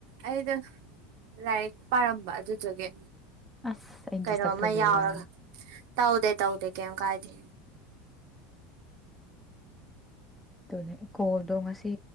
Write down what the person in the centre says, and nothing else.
ꯑꯁ ꯑꯩ
ꯗꯤꯁꯇꯞ ꯇꯧꯕꯤꯔꯤꯔꯥ
ꯑꯗꯨꯅꯦ ꯀꯣꯜꯗꯣ ꯉꯁꯤ